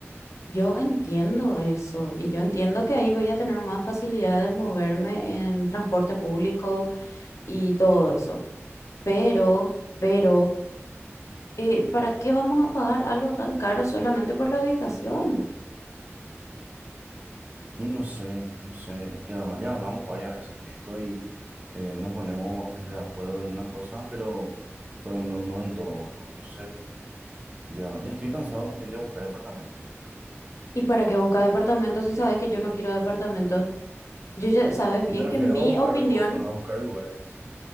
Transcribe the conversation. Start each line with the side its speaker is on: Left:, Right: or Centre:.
Left: Yo entiendo eso y yo entiendo que ahí voy a tener más facilidad de moverme en transporte público y todo eso. Pero, pero, eh, ¿para qué vamos a pagar algo tan caro solamente por la ubicación?
Right: Y no sé, no sé, ya, ya hablamos varias veces de esto y eh, nos ponemos de acuerdo en una cosa, pero, pero no, no en todo, no, no sé. Ya, ya estoy cansado también de buscar departamentos.
Left: ¿Y para qué buscar departamentos si sabes que yo no quiero departamentos? Yo ya sabes bien
Right: Me refiero
Left: que mi
Right: a buscar
Left: opinión
Right: cosas, a buscar lugares.